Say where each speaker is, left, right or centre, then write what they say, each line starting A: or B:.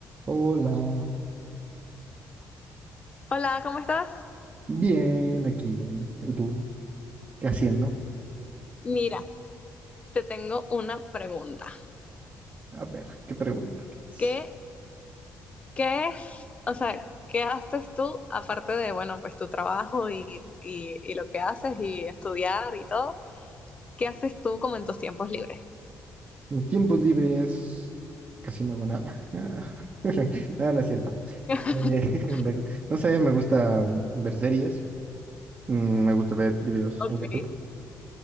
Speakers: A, on the right; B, on the left.
A: Hola,
B: Hola, ¿cómo estás?
A: bien aquí. ¿Y tú? ¿Qué haciendo?
B: Mira, te tengo una pregunta.
A: A ver, ¿qué pregunta tienes?
B: ¿Qué, qué es, o sea, qué haces tú aparte de, bueno, pues tu trabajo y, y, y lo que haces y estudiar y todo? ¿Qué haces tú como en tus tiempos libres?
A: Mis tiempos libres, casi no hago nada. Ah, <laughs> No, no es cierto.
B: <laughs>
A: Eh, <laughs> me- no sé, me gusta ver series, mm, me gusta ver videos
B: Ok,
A: en YouTube.